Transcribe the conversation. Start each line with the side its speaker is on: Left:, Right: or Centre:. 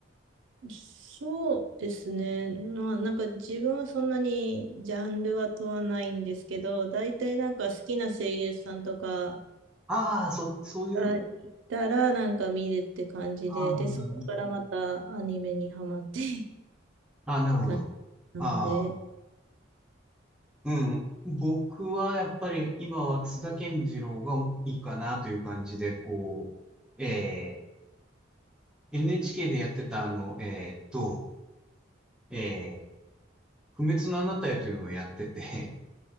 Right: そうですね。まあ、なんか自分はそんなにジャンルは問わないんですけど、大体なんか好きな声優さんとか
Centre: ああ、そ、そういう、
Right: がいたらなんか見るって感じで、
Centre: あー
Right: で、そこからまたアニメにハマって <laughs>
Centre: あなるほど。
Right: 感じなんで、
Centre: ああ、うん。僕はやっぱり今は津田健次郎がいいかなという感じで、こう、ええ NHK でやってた、あの、えーっと、えー不滅のあなたへというのをやってて、